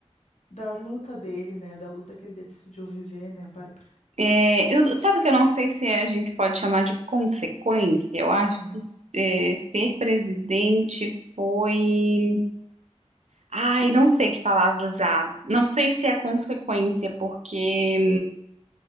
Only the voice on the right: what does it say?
É, eu, sabe que eu não sei se a gente pode chamar de consequência. Eu acho
que é, ser presidente foi. Ai, não sei que palavra usar. Não sei se é consequência, porque